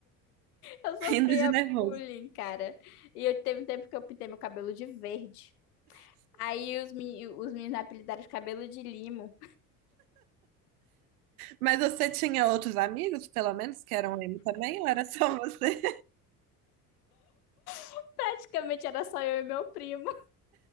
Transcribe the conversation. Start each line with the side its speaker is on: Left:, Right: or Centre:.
Right: <laughs>
Left: Eu sofria
Right: rindo de nervoso.
Left: bullying, cara. E eu teve um tempo que eu pintei meu cabelo de verde. Aí os, meni- os meninos me apelidaram de cabelo de limo.
Right: Mas você tinha outros amigos, pelo menos, que eram emo também, ou era só você?
Left: <laughs> Praticamente era só eu e meu primo